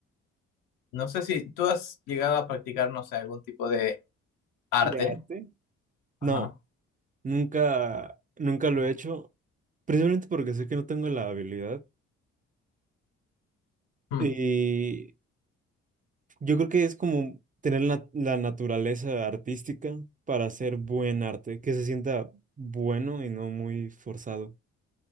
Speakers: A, on the left; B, on the right.
A: No sé si tú has llegado a practicar, no sé, algún tipo de arte.
B: ¿De arte?
A: Ajá.
B: no, nunca, nunca lo he hecho. Principalmente porque sé que no tengo la habilidad
A: Mm,
B: y yo creo que es como tener la, la naturaleza artística para hacer buen arte, que se sienta bueno y no muy forzado.